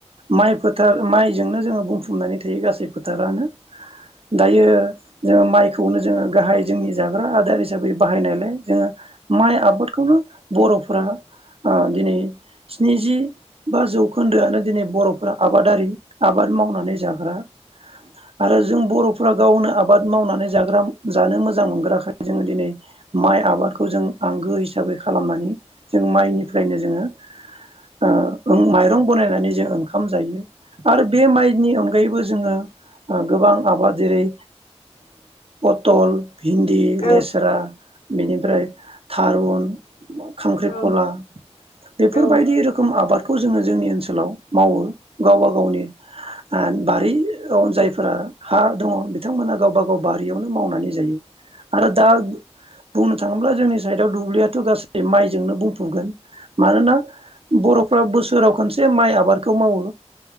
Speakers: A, on the right (about 60°); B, on the left (about 75°).
A: माइ फोथार माइजोंनो जोङो बुंफुमनानै थायो गासै फोथारानो दायो जोङो माइखौनो जोङो गाहाय जोंनि जाग्रा आदार हिसाबै बाहायनायलाय जोङो माइ आबादखौनो बर'फोरा दिनै स्निजि बा जौखोन्दोआनो दिनै बर'फोरा आबादारि आबाद मावनानै जाग्रा आरो जों बर'फोरा गावनो आबाद मावनानै जाग्रा जानो मोज मोजां मोनग्राखै जोङो दिनै माइ आबादखौ जों आंगो हिसाबै खालामनानै जों माइनिफ्रायनो जोङो माइरं बानायनानै जों ओंखाम जायो आरो बे माइनि अनगायैबो जोङो गोबां आबाद जेरै पथल भिन्दि
B: औ
A: लेस्रा बेनिफ्राय थारुन खांख्रिखला
B: औ
A: बेफोरबायदि
B: औ
A: रोखोम आबादखौ जोङो जोंनि ओनसोलाव मावो गावबा गावनि बारि जायफोरा हा दङ बिथांमोना गावबा गाव बारियावनो मावनानै जायो आरो दा बुंनो थाङोब्ला जोंनि साइदआव दुब्लियाथ' गासै माइजोंनो बुंफुगोन मानोना बर'फ्रा बोसोराव खनसे जे माइ आबादखौ मावो